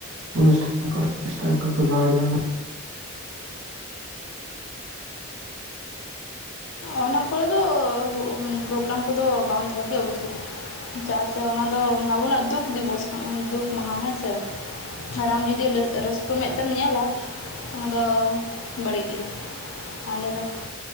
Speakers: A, on the right; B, on the left.
A: ᱚᱱᱥᱴᱟᱱ ᱠᱚ ᱚᱨᱜᱮᱥᱴᱟᱨ ᱠᱚ ᱠᱚ ᱫᱚᱦᱚᱭ ᱫᱟ <inaudible>
B: ᱚᱱᱟ ᱠᱚᱨᱮ ᱫᱚ ᱯᱨᱳᱜᱨᱟᱢ ᱠᱚᱫᱚ ᱵᱟᱝ ᱫᱚᱦᱚ ᱜᱮ ᱩᱪᱤᱛ ᱟᱪᱪᱷᱟ ᱟᱪᱪᱷᱟ ᱚᱱᱟ ᱫᱚ ᱟᱵᱚᱱᱟᱜ ᱫᱩᱠ ᱫᱤᱵᱚᱥ ᱠᱟᱱᱟ ᱫᱩᱠ ᱢᱟᱦᱟ ᱦᱮᱸᱥᱼ ᱟᱨ ᱟᱢ ᱡᱩᱫᱤ ᱨᱟᱹᱥᱠᱟᱹ ᱢᱮᱫ ᱛᱮᱢ ᱧᱮᱞᱟ ᱚᱱᱟᱫᱚ ᱵᱟᱹᱲᱤᱡ <inaudible>